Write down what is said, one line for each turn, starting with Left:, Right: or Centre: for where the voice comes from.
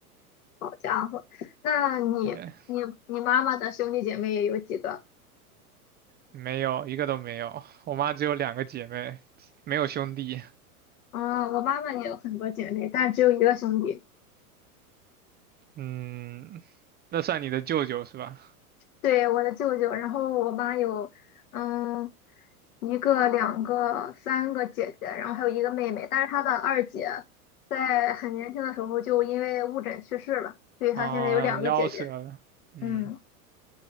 Left: 好家伙，那你你你妈妈的兄弟姐妹有几个？
Right: 对，没有一个都没有，我妈只有两个姐妹，没有兄弟。
Left: 啊，我妈妈也有很多姐妹，但只有一个兄弟。
Right: 嗯，那算你的舅舅是吧？
Left: 对，我的舅舅，然后我妈有，嗯，一个、两个、三个姐姐，然后还有一个妹妹，但是她的二姐在很年轻的时候就因为误诊去世了，所以她现在有两个姐姐。
Right: 啊、夭折了。嗯，
Left: 嗯，